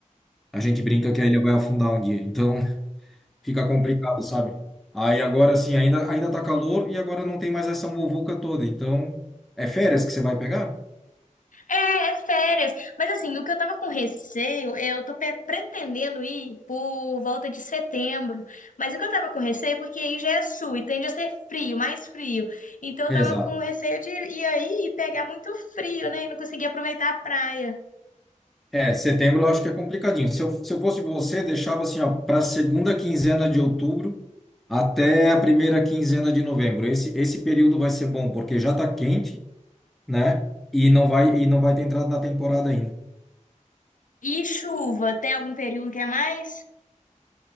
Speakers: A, in the centre; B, on the left (about 75°).
A: A gente brinca que a ilha vai afundar um dia, então <laughs> fica complicado, sabe? Aí agora assim, ainda ainda tá calor e agora não tem mais essa muvuca toda, então é férias que você vai pegar?
B: É, é férias. Mas assim, o que eu tava com receio, eu tô pe- pretendendo ir por volta de setembro. Mas o que eu tava com receio, é porque aí já é sul e tende a ser frio, mais frio. Então eu
A: Exato.
B: tava com receio de ir aí e pegar muito frio, né? E não conseguir aproveitar a praia.
A: É, setembro eu acho que é complicadinho. Se eu, se eu fosse você, deixava assim, ó, para segunda quinzena de outubro até a primeira quinzena de novembro. Esse esse período vai ser bom porque já tá quente, né? E não vai e não vai ter entrado na temporada ainda.
B: E chuva, tem algum período que é mais?